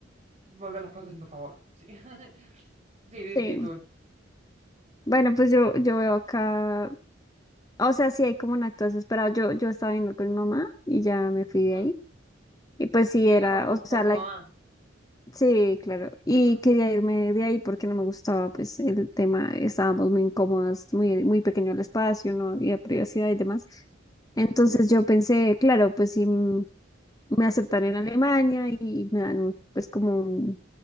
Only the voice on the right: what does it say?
volver las cosas en tu favor. Sí, <laughs> sí, di,
di tú.
Ujú.
Viviendo
con tu,
con tu
mamá.
Ajá.